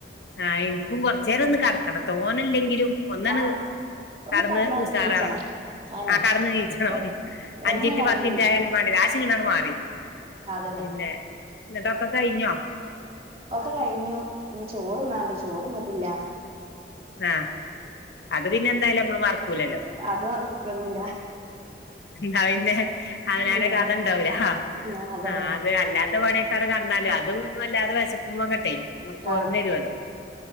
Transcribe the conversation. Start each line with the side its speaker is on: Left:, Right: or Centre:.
Left: ആ ഇൻക്കും കൊർച്ചേരൊന്ന് കട്. കണം തോനെല്ലെങ്കിലും ഒന്നാണ്ട്
Right: ആഹ് ഒന്ന്
Left: കട്ന്ന്
Right: കടന്നാല്
Left: ഉസാറാവണം.
Right: നീച്ചണം അയന്നെ
Left: ആഹ് കട്ന്ന് നീച്ചണം
Right: ഒ
Left: അഞ്ചിന്റ്
Right: ഒന്ന് കടന്ന്
Left: പത്തിൻറ്റായാലും
Right: നീച്ചണം
Left: മാണ്ടില ആ ശീണണ്ട് മാറി.
Right: അതന്നെ
Left: പിന്നെ ന്നട്ടൊക്കെ കയ്ഞ്ഞോ.
Right: ഒക്ക കയ്ഞ്ഞു ഞ് ചോറ്ന്നാണ്ട് ചോറ്ന്ന്ട്ടില്ല.
Left: ആഹ് അത് പിന്നെന്തായാലും അമ്മള് മർക്കൂലല്ലോ.
Right: അത് മറക്കൊന്നുല്ല
Left: ന്നാ പിന്നെ അവനാന്
Right: അല്ലാഹ്
Left: കഥണ്ടാവൂല.
Right: പിന്നെ അതന്നെ
Left: ആഹ് അത് അല്ലാത്ത പണ്യൊക്കട കട്ന്നാലു അതുന്നും അല്ലാതെ വെശക്കുമ്പങ്ങട്ടെ. നമുക്ക് ഓർമ്മ
Right: ആഹ്
Left: വരുവല്ലോ,